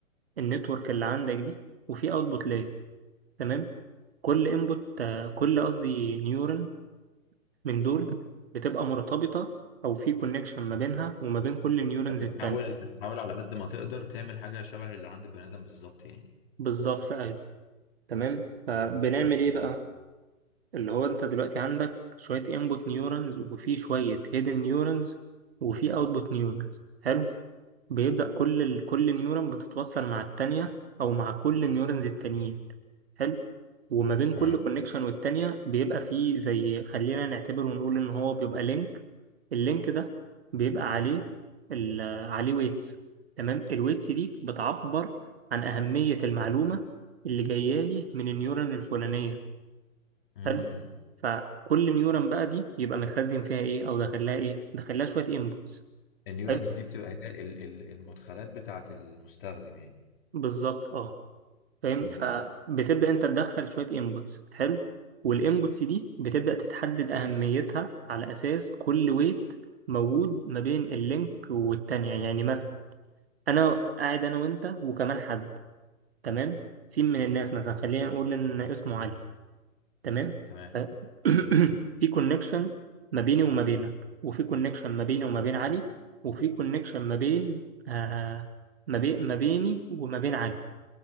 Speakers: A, on the right; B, on the left.
A: النتورك اللي عندك دي وفي اوتبوت لاير تمام كل انبوت كل قصدي نيورون من دول بتبقى مرتبطة او في كونكشن ما بينها وما بين كل النيورونز
B: بتحاول
A: التانية
B: بتحاول على قد ما تقدر تعمل حاجه شبه اللي عند البني ادم بالظبط يعني
A: بالظبط ايوه تمام
B: خطير
A: فبنعمل
B: خطير
A: ايه
B: برضه.
A: بقى اللي هو انت دلوقتي عندك شوية انبوت نيورونز وفي شوية هيدن نيورونز وفي اوتبوت نيورونز حلو. بيبدأ كل ال... كل نيورون بتتوصل مع التانية أو مع كل النيورونز التانيين حلو وما بين
B: اه
A: كل كونكشن والتانية بيبقى فيه زي خلينا نعتبر ونقول إن هو بيبقى لينك اللينك ده بيبقى عليه ال... عليه ويتس تمام الويتس دي بتعبر عن أهمية المعلومة اللي جاية لي من النيورون الفلانية
B: امم
A: حلو فكل نيورون بقى دي يبقى متخزن فيها إيه أو داخلها إيه داخلها شوية إنبوتس
B: النيورانز
A: حلو
B: دي بتبقى هي ال- ال- المدخلات بتاعه المستخدم يعني
A: بالظبط اه فاهم
B: امم
A: فبتبدأ انت تدخل شوية انبوتس حلو والانبوتس دي بتبدأ تتحدد أهميتها على أساس كل ويت موجود ما بين اللينك والتانية يعني يعني مثلا أنا قاعد أنا وأنت وكمان حد تمام سين من الناس مثلا خلينا نقول إن اسمه علي تمام
B: تمام
A: ف... <clears throat> في كونكشن ما بيني وما بينك وفي كونكشن ما بيني وما بين علي وفي كونكشن ما بين آه ما بين ما بيني وما بين علي